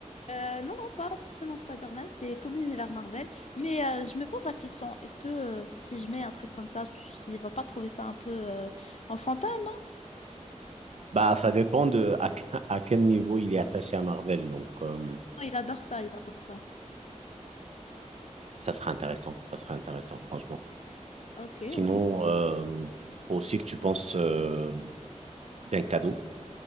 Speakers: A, on the left; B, on the right.
A: Euh, non, non, pas forcément Spider-Man, c'est tout l'univers Marvel. Mais euh, je me pose la question, est-ce que euh, si je mets un truc comme ça, tu- il va pas trouver ça un peu euh, enfantin, non?
B: Bah, ça dépend de à, que- à quel niveau il est attaché à Marvel. Donc, euh,
A: Non, il adore ça, il adore ça.
B: ça serait intéressant. Ça serait intéressant, franchement.
A: Ok,
B: Sinon,
A: ok.
B: euh, faut aussi que tu penses euh, d'un cadeau.